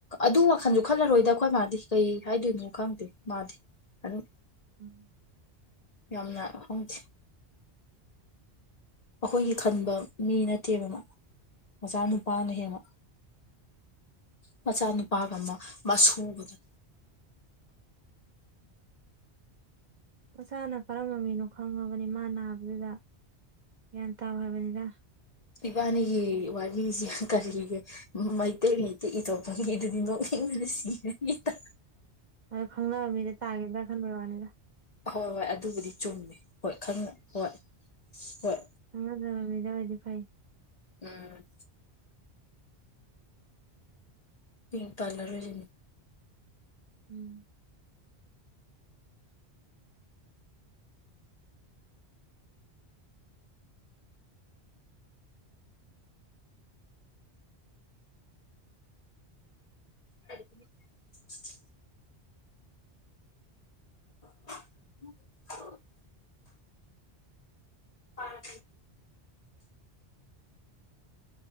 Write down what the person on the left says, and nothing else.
ꯑꯗꯨ ꯋꯥꯈꯟꯁꯨ ꯈꯜꯂꯔꯣꯏꯗ ꯑꯩꯈꯣꯏ ꯃꯥꯗꯤ ꯀꯩ ꯍꯥꯏꯗꯣꯏꯅꯣ ꯈꯪꯗꯦ ꯃꯥꯗꯤ ꯑꯗꯨ
ꯌꯥꯝꯅ ꯈꯪꯗꯦ ꯑꯩꯈꯣꯏꯒꯤ ꯈꯟꯕ ꯃꯤ ꯅꯠꯇꯦꯕ ꯃꯥ ꯃꯆꯥ ꯅꯨꯨꯄꯥꯅ ꯍꯦꯟꯅ ꯃꯆꯥꯅꯨꯄꯥꯒ ꯑꯃ ꯃꯁꯨꯒꯗꯨ
ꯏꯕꯥꯅꯤꯒꯤ ꯋꯥꯔꯤꯁꯤ ꯀꯔꯤꯒꯤ ꯃꯩꯇꯩ ꯃꯌꯦꯛꯇ ꯏꯊꯣꯛꯄꯒꯤ ꯗꯨꯗꯤ ꯅꯣꯛꯅꯤꯡꯕꯅꯥ ꯁꯤꯔꯅꯤꯗꯥ
ꯍꯣꯏ ꯍꯣꯏ ꯑꯗꯨꯕꯨꯗꯤ ꯆꯨꯝꯃꯦ ꯍꯣꯏ ꯈꯪꯅ ꯍꯣꯏ ꯍꯣꯏ
ꯎꯝ ꯃꯤꯡ ꯄꯜꯂ ꯔꯣꯏꯁꯤ
ꯑꯗꯨ ꯖꯤꯞ ꯖꯤꯞ <inaudible> ꯐꯥꯟꯗꯤ